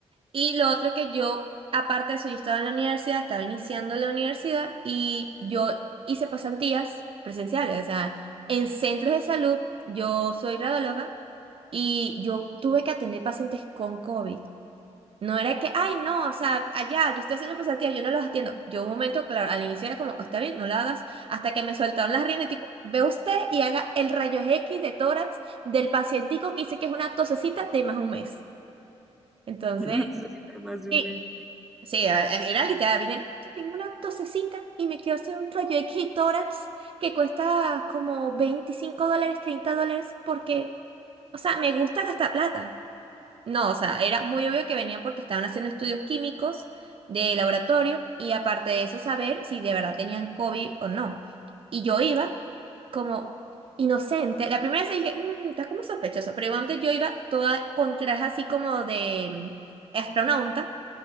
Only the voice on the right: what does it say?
Y lo otro es que yo, aparte de eso, yo estaba en la universidad, estaba iniciando la universidad y yo hice pasantías presenciales, o sea, en centros de salud, yo soy radióloga y yo tuve que atender pacientes con COVID. No era que, ay, no, o sea, allá, yo estoy haciendo pasantías, yo no los atiendo. Yo un momento, claro, al inicio era como, está bien, no lo hagas, hasta que me soltaron las riendas, tipo, ve usted y haga el rayo X de tórax del pacientico que dice que es una tosecita de más un mes. Entonces,
sí,
sí, a- a- era literal, vine, que tengo una tosecita y me quiero hacer un rayo X de tórax que cuesta como 25 dólares, 30 dólares, porque, o sea, me gusta gastar plata. No, o sea, era muy obvio que venían porque estaban haciendo estudios químicos de laboratorio y aparte de eso saber si de verdad tenían COVID o no. Y yo iba como inocente. La primera vez dije, "Mm, estás como sospechoso, pero igualmente yo iba toda con traje así como de mm, astronauta,